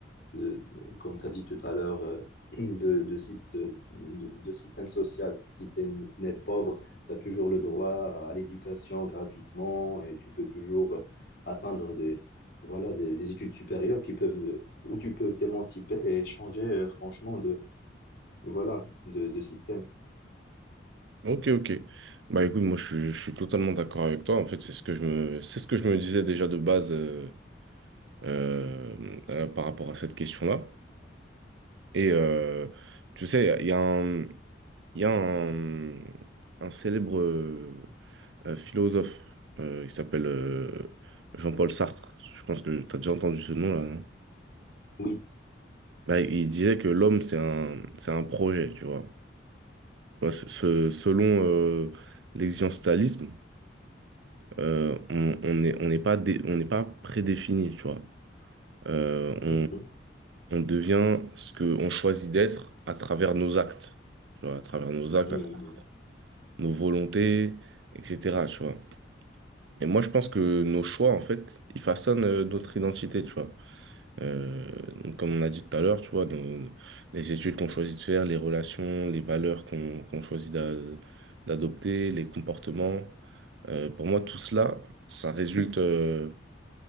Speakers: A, on the left; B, on the right.
A: de- de- comme tu as dit tout à l'heure, euh, de, de, sy- de, de- de système social. Si tu n'es pauvre, tu as toujours le droit à l'éducation gratuitement et tu peux toujours euh, atteindre des, voilà, des, des études supérieures qui peuvent, euh, où tu peux t'émanciper et changer euh, franchement de, voilà, de, de système.
B: Ok, ok. Bah écoute, moi je suis, je suis totalement d'accord avec toi. En fait, c'est ce que je me, c'est ce que je me disais déjà de base euh, euh, euh, par rapport à cette question-là. Et euh, tu sais, il y a un, il y a un, un célèbre euh, euh, philosophe euh, qui s'appelle euh, Jean-Paul Sartre. Je pense que tu as déjà entendu ce nom-là, non?
A: Oui.
B: Bah, il disait que l'homme, c'est un, c'est un projet, tu vois. Ouais, c'est- ce- selon euh, l'existentialisme, euh, on on n'est on n'est pas, dé- on n'est pas prédéfini, tu vois. Euh, on,
A: Mhm.
B: on devient ce qu'on choisit d'être à travers nos actes, tu vois, à travers nos actes,
A: Mhm.
B: à travers nos volontés, etc., tu vois. Et moi, je pense que nos choix, en fait, ils façonnent euh, notre identité, tu vois. Euh, donc, comme on a dit tout à l'heure, tu vois, nos- les études qu'on choisit de faire, les relations, les valeurs qu'on qu'on choisit d'a- d'adopter, les comportements, euh, pour moi, tout cela, ça résulte... euh,